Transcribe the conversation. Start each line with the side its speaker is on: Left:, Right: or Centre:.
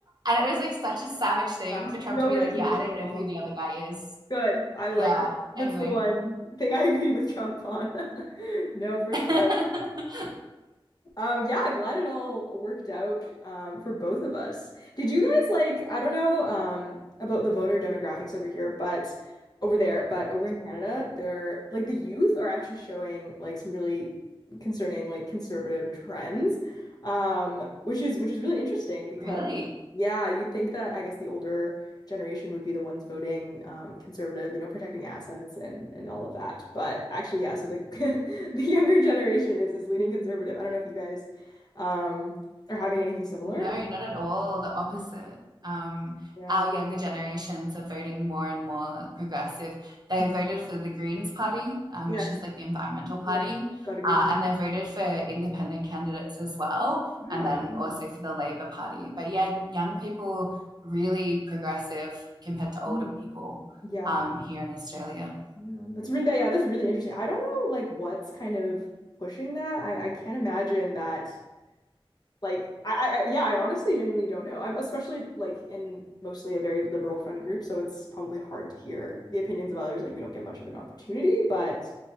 Right: and it was like such a savage thing
Left: Wow,
Right: for Trump
Left: no
Right: to be
Left: recognition
Right: like, "Yeah, I don't
Left: at
Right: know
Left: all.
Right: who the other guy is."
Left: Good. I
Right: Yeah.
Left: like that. That's
Right: Anyway.
Left: the one thing I agree with Trump on. <laughs> No, for
Right: <laughs>
Left: sure. Um, yeah, glad it all worked out um, for both of us. Did you guys like, I don't know um, about the voter demographics over here, but over there, but over in Canada, they're like the youth are actually showing like some really concerning like conservative trends, um, which is which is really interesting because
Right: really?
Left: yeah, you'd think that I guess the older generation would be the ones voting um, conservative, you know, protecting assets and and all of that. But actually, yeah, so the <laughs> the younger generation is is leaning conservative. I don't know if you guys um are having anything similar.
Right: No, not at all. The opposite.
Left: Mm,
Right: Um,
Left: Yeah.
Right: our younger generations are voting more and more progressive. They
Left: Mm.
Right: voted for the Greens Party, um,
Left: Yes.
Right: which is like the environmental party,
Left: Yeah. Got a green
Right: uh,
Left: card.
Right: and they voted for independent candidates as well,
Left: Wow.
Right: and then
Left: Yeah.
Right: also for the Labour Party. But yeah, young people really progressive compared to older
Left: Mhm.
Right: people
Left: Yeah.
Right: um, here in Australia.
Left: Yeah. That's really yeah, that's really interesting. I don't know like what's kind of pushing that. I I can't imagine that Like I, I yeah, I honestly genuinely don't know. I'm especially like in mostly a very liberal friend group, so it's probably hard to hear the opinions of others. Like we don't get much of an opportunity, but